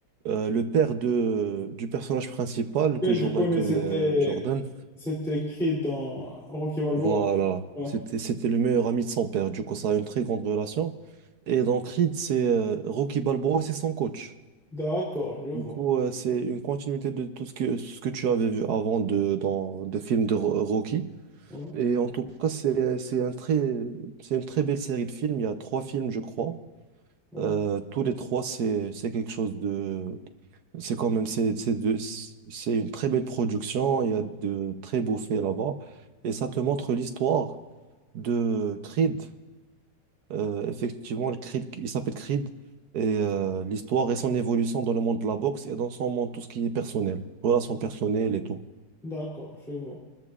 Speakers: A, on the right; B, in the centre.
A: euh, le père de, du personnage principal que
B: Ouais, je
A: joue
B: le connais,
A: Michael
B: c'était,
A: euh, Jordan,
B: c'était écrit dans Rocky Balboa.
A: voilà,
B: Ouais.
A: c'était, c'était le meilleur ami de son père. Du coup, ça a une très grande relation. Et dans Creed, c'est euh, Rocky Balboa, c'est son coach.
B: D'accord, je vois.
A: Du coup, euh, c'est une continuité de tout ce que, ce que tu avais vu avant de, dans des films de Ro- Rocky.
B: Ouais,
A: Et en tout cas, c'est, c'est un très, c'est une très belle série de films. Il y a trois films, je crois.
B: ouais.
A: Euh, tous les trois, c'est, c'est quelque chose de... C'est quand même... C'est, c'est de- c'est une très belle production. Il y a de très beaux faits là-bas. Et ça te montre l'histoire de Creed. Euh, effectivement, le Creed, il s'appelle Creed. Et euh, l'histoire et son évolution dans le monde de la boxe et dans son monde, tout ce qui est personnel. Relations personnelles et tout.
B: D'accord, je vois.